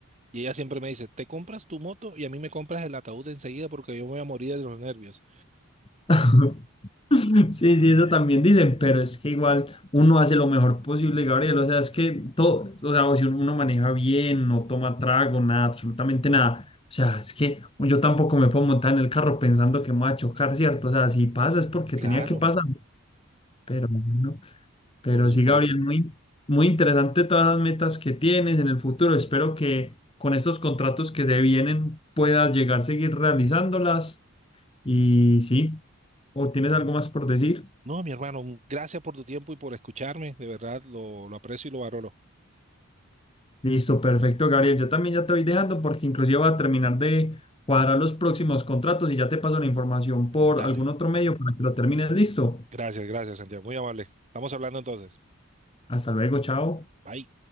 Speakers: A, on the right; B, on the left.
A: Y ella siempre me dice, te compras tu moto y a mí me compras el ataúd enseguida porque yo me voy a morir de los nervios.
B: <laughs> <laughs> Sí, sí, eso también dicen, pero es que igual uno hace lo mejor posible, Gabriel. O sea, es que todo, o sea, o si uno maneja bien, no toma trago, nada, absolutamente nada. O sea, es que yo tampoco me puedo montar en el carro pensando que me va a chocar, ¿cierto? O sea, si pasa es porque
A: Claro,
B: tenía que pasar, pero bueno, pero
A: por supuesto.
B: sí, Gabriel, muy, muy interesante todas las metas que tienes en el futuro. Espero que con estos contratos que te vienen puedas llegar a seguir realizándolas y sí, ¿o tienes algo más por decir?
A: No, mi hermano, un- gracias por tu tiempo y por escucharme. De verdad, lo, lo aprecio y lo valoro.
B: Listo, perfecto, Gabriel. Yo también ya te voy dejando porque inclusive voy a terminar de cuadrar los próximos contratos y ya te paso la información por
A: Dale.
B: algún otro medio para que lo termines. Listo.
A: Gracias, gracias, Santiago. Muy amable. Estamos hablando entonces.
B: Hasta luego, chao.
A: Bye.